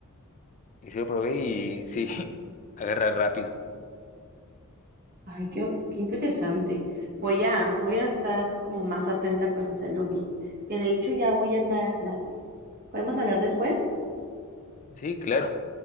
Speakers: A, on the left (about 35°); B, on the right (about 45°).
A: Y sí lo probé y sí, <laughs> agarra rápido.
B: Ay, qué, qué interesante. Voy a, voy a estar como más atenta con mis alumnos, que de hecho ya voy a entrar a clase. ¿Podemos hablar después?
A: Sí, claro.